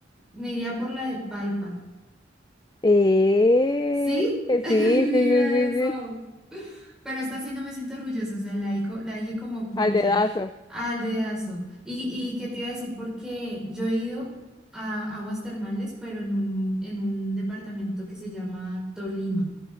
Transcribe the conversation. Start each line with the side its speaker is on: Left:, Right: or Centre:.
Centre: Me iría por la de Paipa.
Left: Eh,
Centre: ¿Sí?
Left: sí,
Centre: <laughs> Ay, mira
Left: sí, sí, sí,
Centre: eso.
Left: sí.
Centre: Pero esta sí no me siento orgullosa, o sea, la, dico- la dije como porque
Left: Al dedazo.
Centre: al dedazo. Y, y qué te iba a decir, porque yo he ido a aguas termales, pero en un, en un departamento que se llama Tolima,